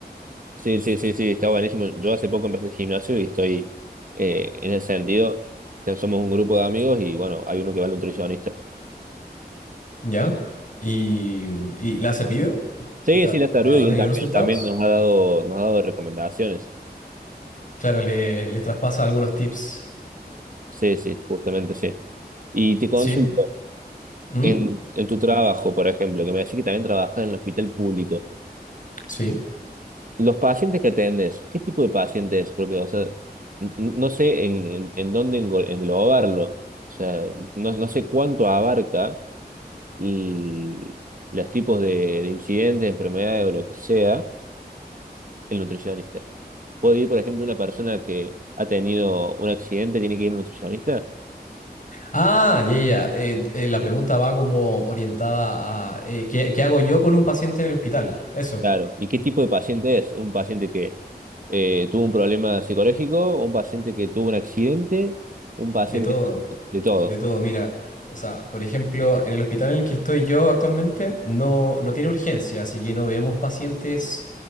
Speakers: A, on the right; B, on the left.
A: Sí, sí, sí, sí, está buenísimo. Yo hace poco empecé el gimnasio y estoy, eh, en ese sentido, ya somos un grupo de amigos y bueno, hay uno que va al nutricionista.
B: ¿Ya? ¿Y, y la ha servido?
A: Sí,
B: ¿Ha,
A: sí, la está arriba
B: ha
A: y
B: tenido
A: él, tam-
B: resultados?
A: él también nos ha dado, nos ha dado recomendaciones.
B: Claro, le, les traspasa algunos tips.
A: Sí, sí, justamente sí. Y te consulto,
B: Sí. ¿Mm?
A: en, en tu trabajo, por ejemplo, que me decís que también trabajas en el hospital público,
B: Sí.
A: los pacientes que atendes, ¿qué tipo de pacientes? Porque, o sea, n- n- no sé en, en, en dónde englo- englobarlo. O sea, no, no sé cuánto abarca l- los tipos de, de incidentes, enfermedades o lo que sea, el nutricionista. ¿Puede ir, por ejemplo, una persona que ha tenido un accidente, tiene que ir a un nutricionista?
B: Ah, ya, ya. ya. Eh, eh, la pregunta va como orientada a eh, ¿qué, qué hago yo con un paciente en el hospital? Eso,
A: Claro. ¿Y qué tipo de paciente es? ¿Un paciente que eh, tuvo un problema psicológico? ¿Un paciente que tuvo un accidente? ¿Un paciente
B: de todo,
A: que- de todo?
B: de todo. Mira, o sea, por ejemplo, en el hospital en el que estoy yo actualmente no, no tiene urgencia, así que no vemos pacientes